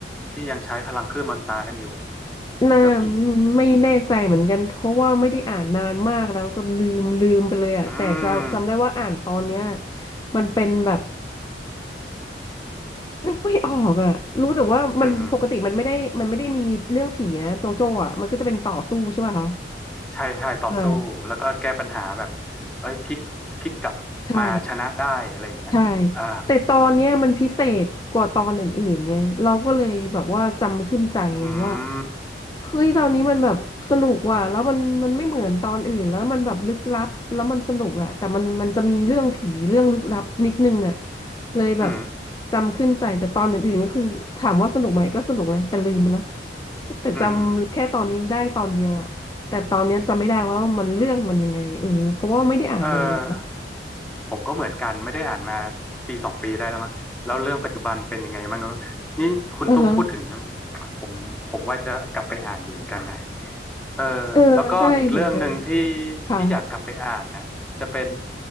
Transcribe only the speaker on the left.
น่า
ไม่แน่ใจเหมือนกันเพราะว่าไม่ได้อ่านนานมากแล้วจนลืมลืมไปเลยอะแต่จำจำได้ว่าอ่านตอนเนี้ย
มันเป็นแบบ นึกไม่ออกอ่ะรู้แต่ว่ามันปกติมันไม่ได้มันไม่ได้มีเรื่องผีนะโจโจ้อ่ะมันก็จะเป็นต่อสู้ใช่ป่ะคะ
อ่า
ใช่ ใช่แต่ตอนเนี้ยมันพิเศษกว่าตอนอื่นๆไงเราก็เลยแบบว่าจำขึ้นใจไงว่า
เฮ้ยตอนนี้มันแบบสนุกว่ะแล้วมันมันไม่เหมือนตอนอื่นแล้วมันแบบลึกลับแล้วมันสนุกอ่ะแต่มันมันจะมีเรื่องผีเรื่องลึกลับนิดนึงอ่ะเลยแบบ
จำขึ้นใจแต่ตอนอื่นๆก็คือถามว่าสนุกไหมก็สนุกนะแต่ลืมไปแล้วแต่จำแค่ตอนนี้ได้ตอนเดียวอ่ะแต่ตอนเนี้ยจำไม่ได้ว่ามันเรื่องมันยังไงเออเพราะว่าไม่ได้อ่านนานแล้ว
อือฮะ
เออใช่เหมือนกัน
ค่ะ